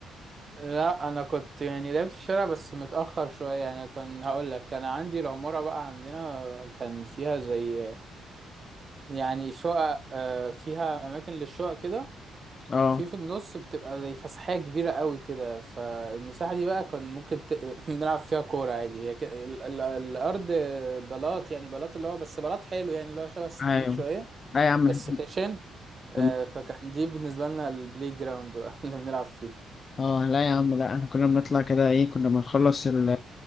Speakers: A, on the right; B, on the left.
A: لا انا كنت يعني لعبت في الشارع بس متاخر شويه يعني كان هقول لك كان عندي العماره بقى عندنا كان فيها زي يعني شقق آه، فيها اماكن للشقق كده
B: أه
A: وفي في النص بتبقى زي فسحية كبيرة قوي كده فالمساحة دي بقى كان ممكن ت... <laughs> نلعب فيها كورة عادي هي ك... ال... ال... الأرض بلاط يعني بلاط اللي هو بس بلاط حلو يعني اللي هو شبه السيراميك
B: أيوه
A: شوية
B: لا يا عم
A: بس
B: إحنا
A: خشن آه،
B: كنا-
A: فكان دي بالنسبة لنا البلاي جراوند بقى <laughs> اللي بنلعب فيه
B: اه لا يا عم لا احنا كنا بنطلع كده ايه كنا بنخلص ال-